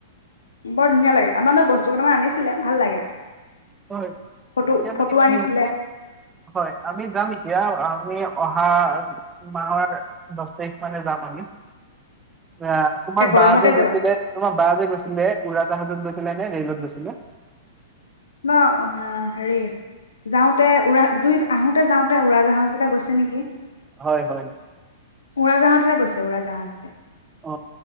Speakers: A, on the left (about 75°); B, on the right (about 15°).
A: বৰ ধুনীয়া লাগে, আমালৈ বস্তু কেইটামান আনিছিলে ভাল লাগে।
B: হয়,
A: ফটো
B: এতিয়া
A: ফটো
B: মানে কি
A: আনিছিলে
B: হৈছে, হয়, আমি যাম এতিয়া আ আমি অহা মাহৰ দছ তাৰিখ মানে যাম আমি। অ', তোমাৰ
A: একে গৰমতে
B: বা যে
A: যাবা
B: গৈছিলে তোমাৰ বা যে গৈছিলে উৰাজাহাটত গৈছ নে ৰেলত গৈছিলে?
A: ন' হ' হেৰি যাওঁতে উৰা দুই আহোতে যাওঁতে উৰাজাহাজতে গৈছে নেকি।
B: হয় হয়
A: উৰাজাহাজতে গৈছে উৰাজাহাজতে,
B: অ